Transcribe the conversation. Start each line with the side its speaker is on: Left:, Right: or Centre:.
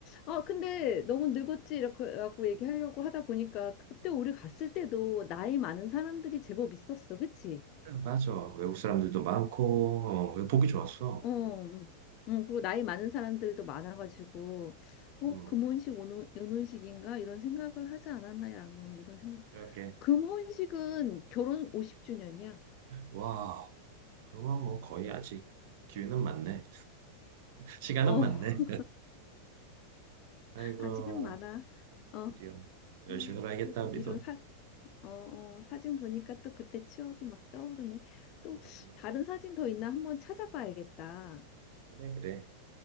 Left: 아, 근데 너무 늙었지 이렇게 라고 얘기하려고 하다 보니까 그때 우리 갔을 때도 나이 많은 사람들이 제법 있었어. 그치?
Right: 음, 맞아. 외국 사람들도 많고 어, 보기 좋았어.
Left: 어,
Right: 음,
Left: 음, 음, 그리고 나이 많은 사람들도 많아가지고, 어,
Right: 음,
Left: 금혼식, 은혼- 은혼식인가? 이런 생각을 하지 않았나? 라는 이런 생각
Right: 그렇게
Left: 금혼식은 결혼 50주년이야.
Right: 와. 그러면 뭐 거의 아직 기회는 많네. <laughs> 시간은
Left: 어,
Right: 많네.
Left: <laughs>
Right: 아이고,
Left: 아직은 많아. 어,
Right: 드디어 열심히
Left: 아,
Right: 살아야겠다
Left: 저-
Right: 우리도.
Left: 이런 사, 어, 어, 사진 보니까 또 그때 추억이 막 떠오르네. 또
Right: 그러네.
Left: 다른 사진 더 있나 한번 찾아봐야겠다.
Right: 그래, 그래.